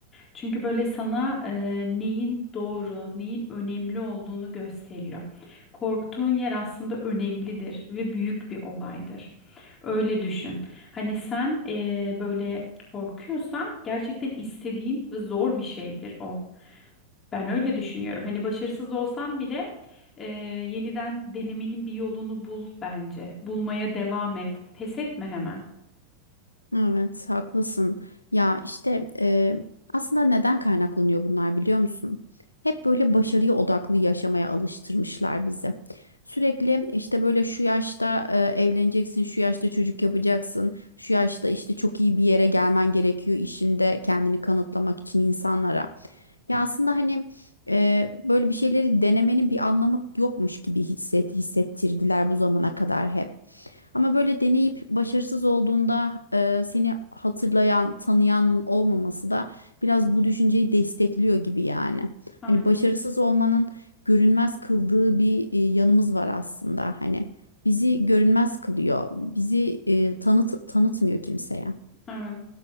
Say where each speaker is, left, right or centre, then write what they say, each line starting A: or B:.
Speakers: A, on the left; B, on the left.
A: Çünkü böyle sana e, neyin doğru, neyin önemli olduğunu gösteriyor. Korktuğun yer aslında önemlidir ve büyük bir olaydır. Öyle düşün. Hani sen e, böyle korkuyorsan gerçekten istediğin ve zor bir şeydir o. Ben öyle düşünüyorum. Hani başarısız olsam bile e, yeniden denemenin bir yolunu bul bence. Bulmaya devam et. Pes etme hemen.
B: Evet, haklısın. Ya işte e, aslında neden kaynaklanıyor bunlar biliyor musun? Hep böyle başarıya odaklı yaşamaya alıştırmışlar bizi. Sürekli işte böyle şu yaşta e, evleneceksin, şu yaşta çocuk yapacaksın, şu yaşta işte çok iyi bir yere gelmen gerekiyor işinde kendini kanıtlamak için insanlara. Ya aslında hani e, böyle bir şeyleri denemenin bir anlamı yokmuş gibi hisset, hissettirdiler bu zamana kadar hep. Ama böyle deneyip başarısız olduğunda e, seni hatırlayan, tanıyanın olmaması da biraz bu düşünceyi destekliyor gibi yani.
A: Aynen.
B: Hani başarısız olmanın görünmez kıldığı bir e, yanımız var aslında. Hani bizi görünmez kılıyor. Bizi e, tanıt tanıtmıyor kimseye.
A: Evet.